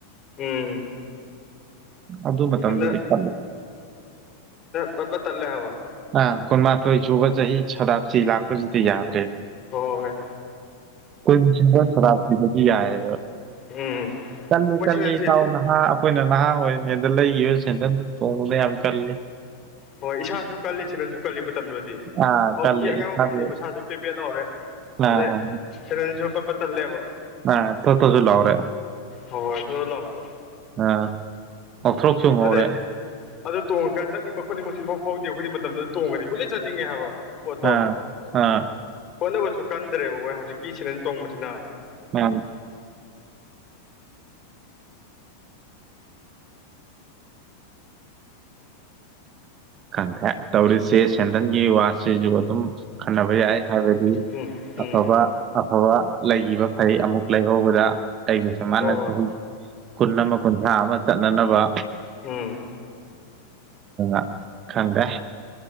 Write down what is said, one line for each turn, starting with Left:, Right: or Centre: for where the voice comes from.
Left: ꯎꯝ
Right: ꯑꯗꯨ ꯃꯇꯝꯗꯨꯗꯤ
Left: ꯍꯧꯖꯤꯛꯅ
Right: ꯐ
Left: ꯄꯕ ꯆꯂꯦ ꯍꯕ
Right: ꯑꯥ ꯀꯨꯟꯃꯥꯊꯣꯏ ꯁꯨꯕ ꯆꯍꯤ ꯁꯗꯥꯞꯁꯤ ꯂꯥꯛꯄꯁꯤꯗꯤ ꯌꯥꯗ꯭ꯔꯦꯕ
Left: ꯍꯣꯢ
Right: ꯀꯣꯏ ꯁꯔꯞꯖꯗꯤ ꯌꯥꯦ
Left: ꯎꯝ
Right: ꯀꯂꯤ
Left: ꯃꯣꯏ
Right: ꯆꯜꯂꯤ
Left: ꯁꯦꯟꯗꯟꯁꯦ
Right: ꯊꯥꯎ ꯅꯍꯥ ꯑꯩꯈꯣꯏꯅ ꯅꯍꯥ ꯑꯣꯏ ꯂ ꯌꯁ ꯇꯣꯡꯉꯗꯦ ꯌꯥꯝꯀꯔꯦ
Left: ꯍ ꯏꯁꯥꯁꯨꯨ ꯀꯂꯂꯤꯦ ꯀꯜꯂꯤ ꯃꯇꯝꯗꯨꯗꯗꯤ
Right: ꯑꯥ
Left: ꯍꯧꯖꯤꯛꯇꯤ
Right: ꯀꯜꯂꯤ
Left: ꯑꯉꯥꯡ
Right: ꯏꯁꯥꯁꯦ
Left: ꯃꯈꯩꯁꯤꯗꯤ ꯃꯁꯥꯁꯨ ꯄꯦꯕꯦꯠ ꯂꯥꯎꯔꯦ ꯑꯗꯦ
Right: ꯑꯥ
Left: ꯆꯅꯅꯁꯨꯄꯠꯄ ꯇꯜꯂꯦꯕ
Right: ꯑꯥ ꯊꯣꯠ ꯊꯣꯠꯁꯨ ꯂꯥꯎꯔꯦ
Left: ꯍꯣꯏ ꯍꯣꯏ ꯑꯗꯨꯗ ꯂꯥꯛꯑꯣꯦꯕꯣ
Right: ꯑ ꯑꯣꯊ꯭ꯔꯁꯨꯣꯡꯉꯧꯔꯦ
Left: ꯑꯗꯨꯗꯩ ꯑꯗꯨ ꯇꯣꯡꯉꯀꯒ ꯆꯠꯅꯤꯡꯕ ꯈꯨꯗꯤꯠꯅꯤꯡꯕꯁꯨ ꯏꯐꯥꯎ ꯐꯥꯎꯗꯦ ꯑꯩꯈꯣꯏꯗꯤ ꯃꯇꯝꯗꯨꯗ ꯇꯣꯡꯉꯗꯤ ꯀꯨꯏꯅ ꯆꯠꯅꯤꯡꯉꯦ ꯍꯥꯏꯕ ꯄꯣꯠꯇꯣ
Right: ꯑꯥ ꯑꯥ
Left: ꯍꯣꯠꯅꯕꯁꯨ ꯀꯟꯗ꯭ꯔꯦꯕ ꯃꯣꯏ ꯍꯧꯖꯤꯛꯀꯤ ꯁꯤꯅ ꯇꯣꯡꯕꯁꯤꯅ
Right: ꯎꯝ ꯈꯪꯈꯦ ꯇꯧꯔꯤꯁꯦ ꯁꯦꯟꯗꯟꯒꯤ ꯋꯥꯁꯤꯁꯨ ꯑꯗꯨꯝ ꯈꯟꯅꯕ ꯌꯥꯏ ꯍꯥꯏꯕꯗꯤ
Left: ꯎꯝ ꯎꯝ
Right: ꯑꯐꯕ ꯑꯐꯕ ꯂꯩꯈꯤꯕ ꯐꯩ ꯑꯃꯨꯛ ꯂꯩꯍꯧꯕꯗ ꯂꯩꯒꯤꯁꯦ ꯃꯥꯅ
Left: ꯍꯣꯏ ꯍꯣꯏ
Right: ꯆꯍꯤ ꯀꯨꯟ ꯑꯃ ꯀꯨꯟꯊ꯭ꯔꯥ ꯑꯃ ꯆꯠꯅꯅꯕ
Left: ꯎꯝ
Right: ꯑ ꯈꯗꯦ